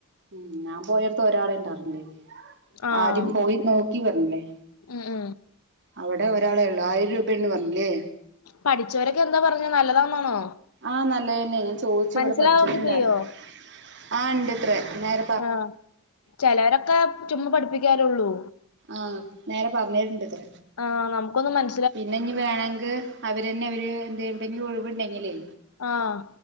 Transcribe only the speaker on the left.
ആഹ്
ഉം ഹു
പഠിച്ചൊരൊക്കെ എന്താ പറഞ്ഞത് നല്ലതാന്നാണോ?
മനസ്സിലാവൊക്കെ
ചെയ്യോ
ആ ചിലരൊക്കെ ചുമ്മ പഠിപ്പിക്കാലുള്ളൂ.
ആ നമ്മുക്കൊന്നും മന
ആഹ്